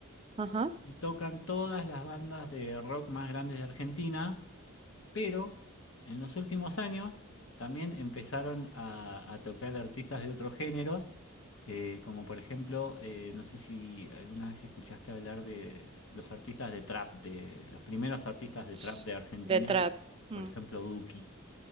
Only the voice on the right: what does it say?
ajá.
Ts-
De trap.
Mm.